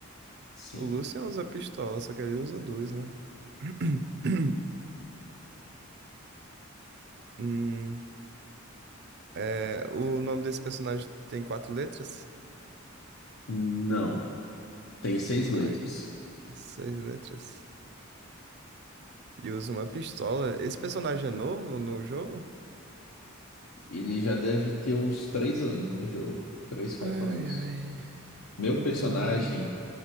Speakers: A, on the left; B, on the right.
A: Sim.
B: O Lucian usa pistola, só que ele usa dois, né? <clears throat> Hum, é, o nome desse personagem tem quatro letras?
A: Não. Tem seis
B: Ai,
A: letras.
B: seis letras. E usa uma pistola. Esse personagem é novo no jogo?
A: Ele já deve ter uns três anos no jogo. Três, quatro
B: Ai,
A: anos.
B: ai.
A: Meu
B: Então.
A: personagem